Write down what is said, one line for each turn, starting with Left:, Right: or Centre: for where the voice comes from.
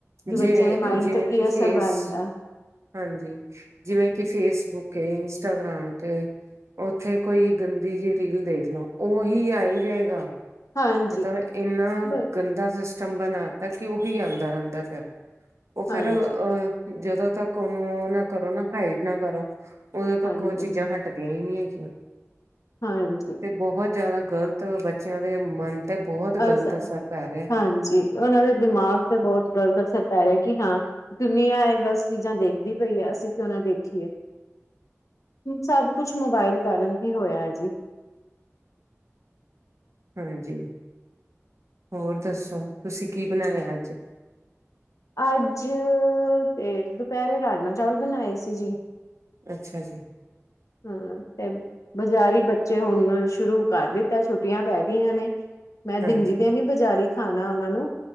Left: ਕਿ
Right: ਜੇ
Left: ਬੱਚਿਆਂ ਦੇ ਮਾਇੰਡ
Right: ਜਿਵੇਂ
Left: ਤੇ ਕੀ
Right: ਕਿ
Left: ਅਸਰ
Right: ਫੇਸ
Left: ਪੈਂਦਾ
Right: ਹਾਂਜੀ ਜਿਵੇਂ ਕਿ ਫੇਸਬੁੱਕ ਇੰਸਟਾਗ੍ਰਾਮ ਤੇ ਓਥੇ ਕੋਈ ਗੰਦੀ ਜਿ ਰੀਲ ਦੇਖ ਲਓ ਓਹੀ ਆਈ ਜਾਏਗਾ
Left: ਹਾਂਜੀ
Right: ਮਤਲਬ ਇੰਨਾ
Left: ਬਈ
Right: ਗੰਦਾ ਸਿਸਟ ਚੰਬਨ ਆਦਾ ਕਿ ਉਹੀ ਆਉਂਦਾ ਰਹਿੰਦਾ ਫਿਰ ਉਹ ਫਿਰ
Left: ਹਾਂਜੀ
Right: ਅਹ ਜਦੋਂ ਤੱਕ ਉਹਨੂੰ ਨਾ ਕਰੋ ਨਾ ਹਾਈਡ ਨਾ ਕਰੋ ਉਦੋਂ ਤੱਕ
Left: ਹਾਂਜੀ
Right: ਉਹ ਚੀਜ਼ਾਂ ਹਟਦੀਆਂ ਹੀ ਨ ਜ
Left: ਹਾਂਜੀ
Right: ਤੇ ਬਹੁਤ ਜ਼ਿਆਦਾ ਗ਼ਲਤ ਬੱਚਿਆਂ ਦੇ ਮਨ ਤੇ ਬਹੁਤ
Left: ਅ
Right: ਗ਼ਲਤ ਅਸਰ ਪੈ ਰਿਹਾ
Left: ਹਾਂਜੀ ਉਹਨਾਂ ਦੇ ਦਿਮਾਗ ਤੇ ਬਹੁਤ ਦਰਦ ਅਸਰ ਪੈ ਰਿਹਾ ਕਿ ਹਾਂ ਦੁਨੀਆਂ ਹੈ ਗੱਲ ਚੀਜ਼ਾਂ ਦੇਖਦੀ ਪਈ ਹੈ ਅਸੀਂ ਕਿਉ ਨਾ ਦੇਖੀਏ ਸਭ ਕੁਛ ਮੋਬਾਇਲ ਕਾਰਨ ਹੀ ਹੋਇਆ ਹੈ ਜੀ
Right: ਹਾਂਜੀ ਹੋਰ ਦੱਸੋ ਤੁਸੀਂ ਕੀ ਬਣਾਇਆ ਅੱਜ
Left: ਅੱਜ ਤੇ ਦੁਪਹਿਰੇ ਰਾਜਮਾ ਚਾਵਲ ਬਣਾਏ ਸੀ ਜੀ
Right: ਅੱਛਾ ਜੀ
Left: ਹਾਂ ਤੇ ਬਾਜ਼ਾਰੀ ਬੱਚੇ ਹੁਣ ਸ਼ੁਰੂ ਕਰ ਦਿੱਤਾ ਛੁੱਟੀਆਂ ਪੈ ਗਈਆਂ ਨੇ ਮੈਂ ਦਿੰਦੀ
Right: ਹਾਂਜੀ
Left: ਤੇ ਨੀ ਬਜ਼ਾਰੀ ਖਾਣਾ ਉਹਨਾਂ ਨੂੰ